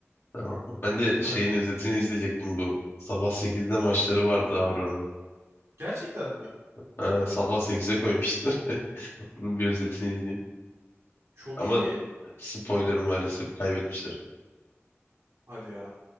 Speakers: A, on the left; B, on the right.
A: Tamam. Ben de
B: Hadi.
A: şeyin özetini izleyecektim bu. Sabah sekizde maçları vardı Aurora'nın.
B: Gerçekten mi?
A: Ha, sabah sekize koymuşlar. <laughs> Bunun bir özetini izleyeyim.
B: Çok
A: Ama
B: iyi.
A: spoiler maalesef kaybetmişler.
B: Hadi ya.